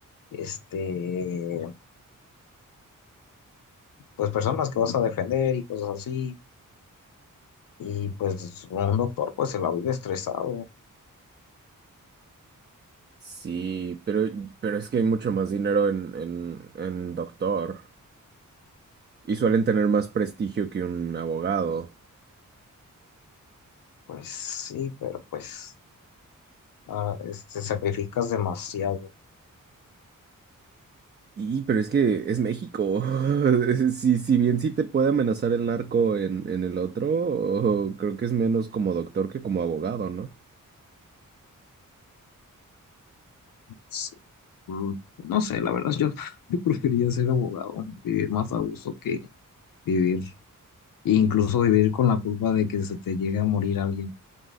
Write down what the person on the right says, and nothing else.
Sí, pero, pero es que hay mucho más dinero en, en, en doctor y suelen tener más prestigio que un abogado.
Y, pero es que es México. <laughs> Si, si bien sí te puede amenazar el narco en, en el otro, creo que es menos como doctor que como abogado, ¿no?